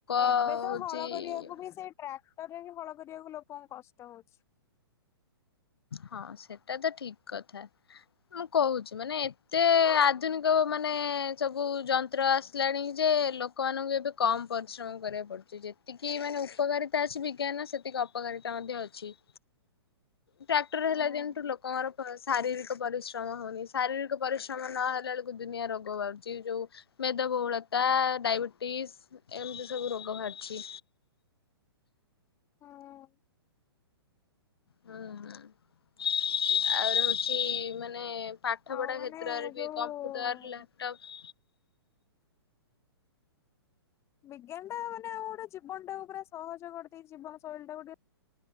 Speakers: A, on the left; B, on the left.
A: ଏବେ
B: ହଉଛି
A: ତ ହଳ କରିବାକୁ ବି ସେଇ ଟ୍ରାକ୍ଟର ରେ ବି ହଳ କରିବାକୁ ଲୋକଙ୍କୁ କଷ୍ଟ ହଉଛି।
B: ହଁ ସେଟା ତ ଠିକ କଥା ମୁଁ କହୁଛି ମାନେ ଏତେ ଆଧୁନିକ ମାନେ ସବୁ ଯନ୍ତ୍ର ଆସ। ଆଇଲାଣି ଯେ ଲୋକମାନଙ୍କୁ ଏବେ କମ୍ ପରିଶ୍ରମ କରିବାକୁ ପଡୁଛି। ଯେତିକି ମାନେ ଉପକାରିତା ଅଛି ବିଜ୍ଞାନ ସେତିକି ଅପକାରିତା ମଧ୍ୟ ଅଛି। ଟ୍ରାକ୍ଟର
A: ହୁଁ
B: ହେଲା ଦିନଠୁ ଲୋକଙ୍କର ଶାରୀରିକ ପରିଶ୍ରମ ହଉନି ଶାରୀରିକ ପରିଶ୍ରମ ନହଲା ବେଳକୁ ଦୁନିଆ ରୋଗ ବାହାରୁଛି ଯୋଉ ମେଦବହୁଳତା ଡାଇବେଟିସ୍ ଏମିତି ସବୁ ରୋଗ ବାହାରିଛି।
A: ହଁ
B: ହୁଁ ଆର ହଉଛି ମାନେ ପାଠପଢ଼ା
A: ଆଉ ମାନେ
B: କ୍ଷେତ୍ରରେ ବି
A: ଯୋଉ
B: କମ୍ପ୍ୟୁଟର ଲ୍ୟାପଟପ୍।
A: ବିଜ୍ଞାନ ଟା ମାନେ ଆଉ ଗୋଟେ ଜୀବନ ଟାକୁ ପୁରା ସହଜ କରିଦେଇି ଜୀବନ ଶୈଳୀ ଟା କୁଟି।